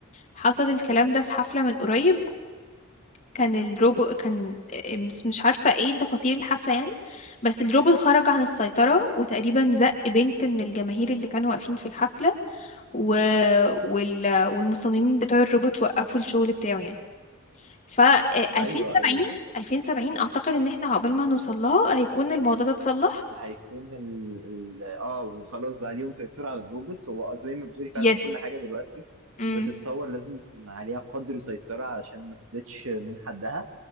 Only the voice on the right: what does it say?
ايوه ايوه
هيكون ال... ال... اه وخلاص بقى اليوم سيطر على الروبوتس هو آه، زي ما بتقولي فعلا
كل حاجه دلوقتي
بتتطور لازم يكون عليها قدر سيطره علشان ما تفلتش من حدها